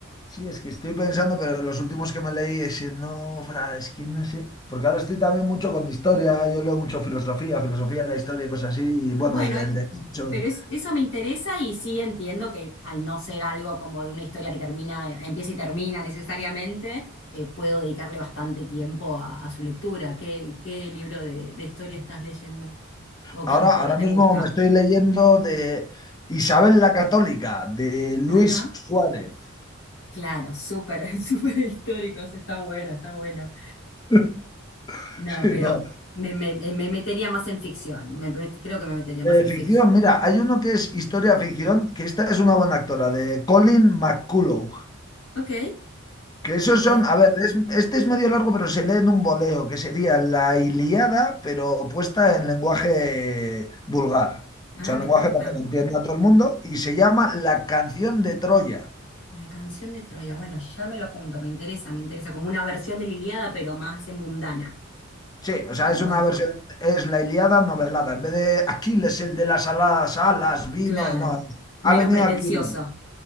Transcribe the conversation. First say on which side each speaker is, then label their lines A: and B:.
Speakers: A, on the left; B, on the left.
A: Sí, es que estoy pensando, pero los últimos que me leí, es que no, fra, es que no sé, porque ahora estoy también mucho con historia, yo leo mucho filosofía, filosofía de la historia y cosas así, y bueno,
B: Bueno,
A: y del derecho.
B: Pero es- eso me interesa y sí entiendo que al no ser algo como de una historia que termina, empieza y termina necesariamente, eh, puedo dedicarle bastante tiempo a, a su lectura. ¿Qué, qué libro de, de historia estás leyendo? ¿O
A: Ahora,
B: qué autor
A: ahora
B: te
A: mismo
B: gusta?
A: me estoy leyendo de Isabel la Católica, de Luis
B: Ahí va.
A: Suárez.
B: Claro, súper, <laughs> súper históricos, está bueno, está bueno.
A: <laughs>
B: No,
A: Sí,
B: pero
A: no.
B: me, me- me metería más en ficción. Me- me- creo que me metería más
A: Eh,
B: en ficción,
A: ficción, mira,
B: sí.
A: hay uno que es historia ficción, que esta es una buena actora, de Colin McCullough.
B: Ok,
A: Que esos
B: la voy
A: son,
B: a...
A: a ver, es- este es medio largo, pero se lee en un voleo, que sería la Ilíada, pero puesta en lenguaje vulgar.
B: Ah,
A: O sea,
B: me
A: lenguaje
B: gusta.
A: para que lo entienda todo el mundo, y se llama La canción de Troya.
B: La canción de Troya. Bueno, ya me lo apunto, me interesa, me interesa. Como una versión de la Ilíada, pero más eh, mundana.
A: Sí, o sea,
B: Como
A: es una
B: de-
A: versión, es la Ilíada novelada. En vez de Aquiles, el de las aladas alas, vino,
B: claro,
A: no,
B: menos
A: ha venido
B: pretencioso.
A: Aquiles.